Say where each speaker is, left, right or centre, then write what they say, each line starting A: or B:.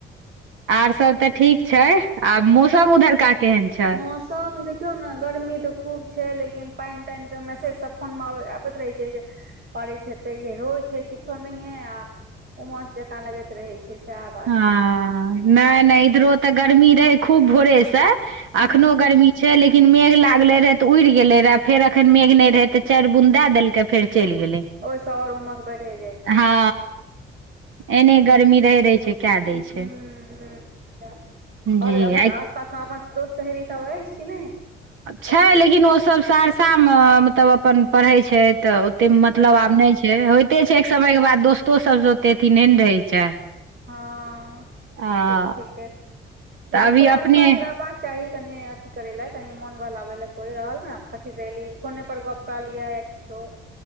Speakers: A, on the right (about 80°); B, on the right (about 50°).
A: आर सब तऽ ठीक छै आ मौसम उधरका केहन छै
B: मौसम देखियौ ने गर्मी तऽ खूब छै लेकिन पानि तानिके मैसेज सब फोनमे आबैत रहै छै जे पड़ै छै तऽ इ होइ छै किछो नहिे आ उमस जकाँ लगैत रहै छै से आब
A: हँ नहि नहि इधरो तऽ गर्मी रहे खूब भोरे से
B: हूँ
A: अखनो गर्मी छै लेकिन मेघ लागलै रहै तऽ उड़ि गेलै रहै फेर एखन मेघ नहि रहै तऽ चारि बुन दए देलकै फेर चलि गेलै
B: ओहिसँ आओर उमस बढ़े जाइ छै
A: हँ एने गर्मी रहे रहै छै कए दै छै
B: ह ह आओर
A: जी
B: आसपास मे दोस्त सहेलरी सब अछि कि नहि
A: छै
B: सखी सहेली
A: लेकिन ओसभ सहरसामे मतलब अपन पढ़ैत छथि तऽ ओतेक मतलब
B: अच्छा
A: आब नहि छै होइते छै एक समयके बाद दोस्तो सभसँ ओतेक अथी नहि ने रहै छै
B: हँे
A: आ
B: तऽ ठीक है
A: तऽ
B: लेकिन
A: अभी
B: कोइ आसपास
A: अपने
B: रह बाक चाही कनि अथी करे ले कनि मोन भहलाबे ले कोई रहल ने सखी सहेली फोनेपर गप पा लिअ या किछो